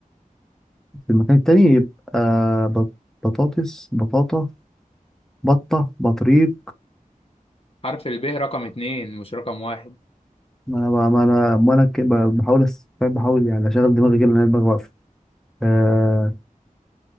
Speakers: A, in the centre; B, on the left (about 40°).
A: في المكان التاني يبقى آه، بط- بطاطس بطاطا بطة بطريق
B: حرف الب رقم اتنين مش رقم واحد
A: ما انا ما انا ما انا ك- ب- بحاول أس- فاهم؟ بحاول يعني اشغل دماغي كده لان أنا دماغي واقفه آه